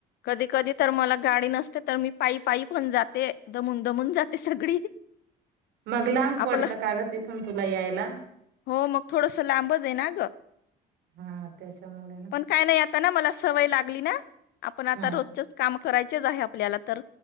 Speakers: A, on the left; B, on the right.
A: कदि, कदी तर मला गाडी नसते तर मी पाई, पाई पण जाते दमून, दमून जाते सगळी.
B: मग लांब पडतं
A: आपलं
B: काग तिथून तुला यायला.
A: हो मग थोडस लांबजाय ना ग.
B: हा त्याच्यामुळे. ना
A: पण काय नाही आता ना मला सवय लागली ना आपण आता
B: हा
A: रोजचच काम कराय चेच आहे, आपल्याला तर